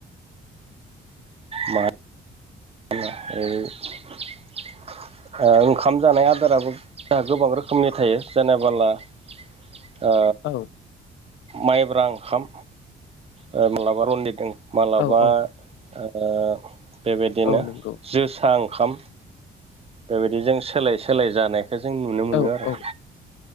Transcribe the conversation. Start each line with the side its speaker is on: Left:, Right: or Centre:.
Right: मा ओ <unintelligible> ओ ओंखाम जानाय आदाराबो गोबां रोखोमनि थायो जेनेबाला <unintelligible> ओ
Left: औ
Right: माइब्रा ओंखाम ओ मालाबा रन्जित ओं मालाबा
Left: औ औ
Right: ओ बेबायदिनो
Left: औ नंगौ
Right: जोसा ओंखाम बेबायदि जों सोलाय सोलाय जानायखौ जों नुनो मोनो
Left: औ
Right: आरो
Left: औ